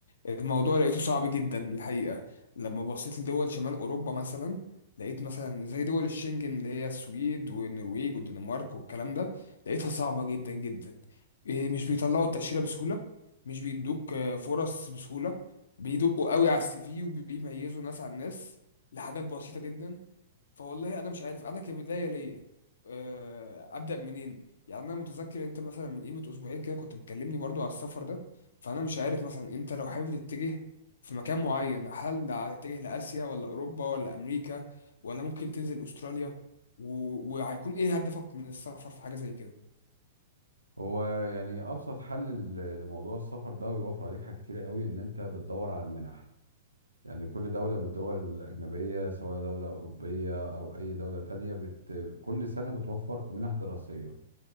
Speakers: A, on the left; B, on the right.
A: الموضوع لقيته صعب جدا الحقيقه لما بصيت لدول شمال اوروبا مثلا لقيت مثلا زي دول الشنجن اللي هي السويد والنرويج والدنمارك والكلام ده لقيتها صعبه جدا جدا إيه، مش بيطلعوا التاشيره بسهوله مش بيدوك آه، فرص بسهوله بيدقوا قوي على السي في وبيميزوا ناس عن ناس لحاجات بسيطه جدا فوالله انا مش عارف انا كبدايه ليا آه، ابدا منين يعني انا متذكر انت مثلا من قيمه اسبوعين كده كنت مكلمني برضو على السفر ده فانا مش عارف مثلا انت لو حابب تتجه في مكان معين هل هتتجه لاسيا ولا اوروبا ولا امريكا ولا ممكن تنزل استراليا و... وهيكون ايه هدفك من السفر في حاجه زي كده
B: هو يعني ابسط حل ل- لموضوع السفر ده ويوفر عليك حاجات كتيره قوي ان انت بتدور على المنح يعني كل دوله من الدول الاجنبيه سواء دوله اوروبيه او اي دوله تانية بت... كل سنه بتوفر منح دراسيه